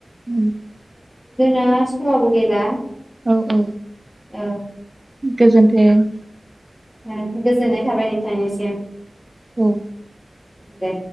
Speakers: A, on the right; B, on the left.
A: उम <inaudible>
B: जोंना समाबो गैला।
A: औ औ।
B: औ
A: गोजोन्थों।
B: ओं गोजोननाय थाबाय नोंथांनिसिम।
A: औ।
B: दे।